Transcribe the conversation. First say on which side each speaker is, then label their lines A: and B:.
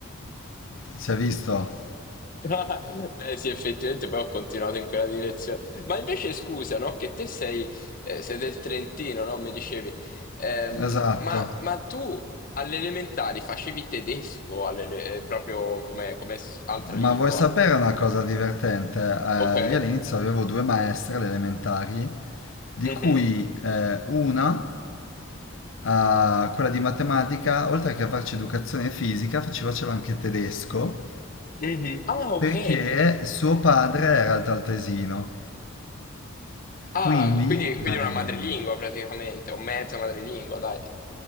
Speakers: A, on the left; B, on the left.
A: si è visto.
B: <laughs> Beh, sì, effettivamente poi ho continuato in quella direzione. Ma invece scusa, no? Che te sei, eh, sei del Trentino, no? Mi dicevi. Ehm,
A: Esatto.
B: ma, ma tu alle elementari facevi tedesco alle- eh, proprio come, come s- altra
A: Ma
B: lingua?
A: vuoi sapere una cosa divertente? Eh,
B: Ok?
A: io all'inizio avevo due maestre alle elementari, di
B: Mhm.
A: cui eh, una, eh, quella di matematica, oltre che a farci educazione fisica, ci faceva anche tedesco,
B: Mhm. Ah, ok.
A: perché suo padre era il taltesino.
B: Ah,
A: Quindi,
B: quindi, quindi
A: ehm,
B: è una madrelingua praticamente, o mezza madrelingua, dai.